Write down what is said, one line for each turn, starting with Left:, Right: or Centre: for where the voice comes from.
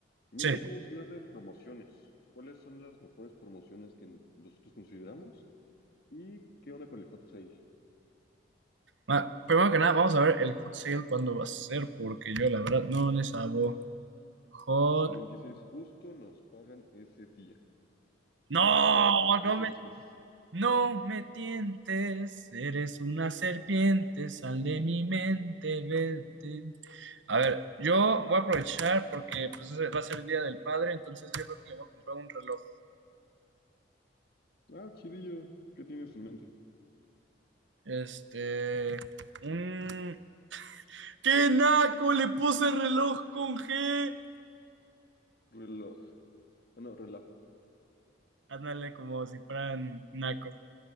Left: Mientras
Right: Sí.
Left: íbamos a hablar de promociones. ¿Cuáles son las mejores promociones que nosotros consideramos? ¿Y qué onda con el hot sale?
Right: Ah, primero que nada, vamos a ver el hot sale cuándo va a ser, porque yo la verdad no le sabo. Hot.
Left: El 26 justo nos pagan ese día.
Right: No,
Left: Ah, no, dos
Right: no
Left: días
Right: me,
Left: después.
Right: no me tientes, eres una serpiente, sal de mi mente, vete. A ver, yo voy a aprovechar porque pues, ese va a ser el Día del Padre, entonces yo creo que le voy a comprar un reloj.
Left: Ah, chidillo. ¿Qué tienes en mente?
Right: Este, un... ¡Qué naco! Le puse reloj con G.
Left: Reloj. Ah, no, reloj.
Right: Ándale como si fueran naco.